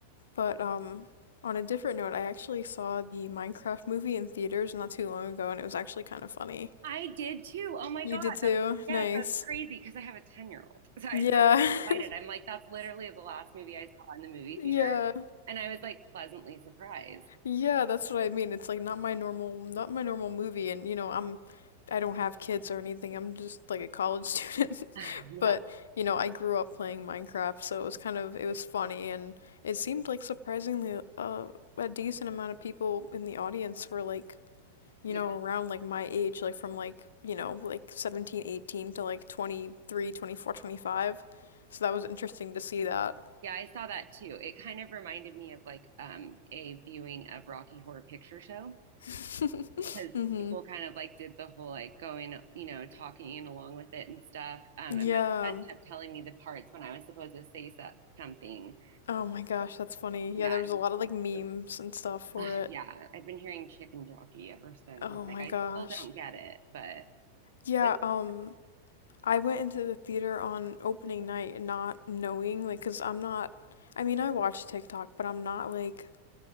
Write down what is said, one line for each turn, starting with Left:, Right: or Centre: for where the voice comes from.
Left: But um, on a different note, I actually saw the Minecraft movie in theaters not too long ago, and it was actually kind of funny.
Right: I did too. Oh my
Left: You
Right: God.
Left: did too?
Right: That's, yes,
Left: Nice.
Right: that's crazy because I have a 10-year-old. So I
Left: Yeah.
Right: just got
Left: <laughs>
Right: excited. I'm like, that's literally the last movie I saw in the movie
Left: Yeah.
Right: theater. And I was like pleasantly surprised.
Left: Yeah, that's what I mean. It's like not my normal, not my normal movie, and you know, I'm, I don't have kids or anything. I'm just like a college <laughs> student,
Right: <sighs> <laughs> yeah.
Left: but you know, I grew up playing Minecraft, so it was kind of it was funny, and it seemed like surprisingly, uh, a decent amount of people in the audience were like, you
Right: Yeah.
Left: know, around like my age, like from like you know, like 17, 18 to like 23, 24, 25. So that was interesting to see that.
Right: Yeah, I saw that too. It kind of reminded me of like um a viewing of Rocky Horror Picture Show.
Left: <laughs>
Right: because
Left: hmm
Right: people kind of like did the whole like going, you know, talking and along with it and stuff. Um,
Left: Yeah.
Right: and my friend kept telling me the parts when I was supposed to say so- something.
Left: Oh my gosh, that's funny. Yeah,
Right: Yeah,
Left: there was
Right: it
Left: a
Right: was
Left: lot of
Right: pretty
Left: like memes
Right: cute.
Left: and stuff for
Right: Ah,
Left: it.
Right: yeah, I've been hearing chicken jockey ever since.
Left: Oh
Right: I'm like,
Left: my
Right: I
Left: gosh.
Right: still don't get it, but,
Left: Yeah,
Right: but it was
Left: um I went into the theater on opening night not knowing like, because 'cause I'm not I mean, I watch TikTok, but I'm not like